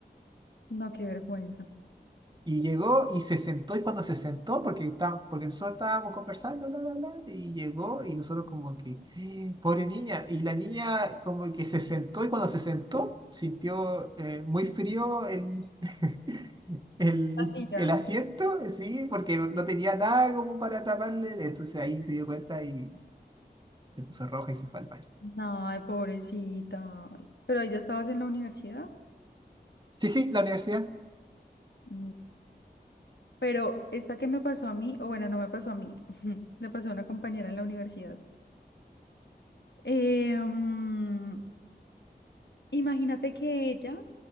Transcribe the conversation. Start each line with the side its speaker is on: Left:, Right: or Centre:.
Left: No, qué vergüenza.
Right: Y llegó y se sentó, y cuando se sentó, porque, está- porque nosotros estábamos conversando, la, la, la, y llegó, y nosotros como que, "Eh, pobre niña, y la niña como que se sentó, y cuando se sentó, sintió eh, muy frío el, <laughs> el,
Left: Así ya.
Right: el asiento, sí, porque no tenía nada como para taparle, entonces ahí se dio cuenta y se puso roja y se fue al baño.
Left: Ay, pobrecita. Pero ahí ya estabas en la universidad.
Right: Sí, sí, la universidad.
Left: Mm, Pero esta que me pasó a mí, o bueno, no me pasó a mí, <laughs> le pasó a una compañera en la universidad. Eh, mm, imagínate que ella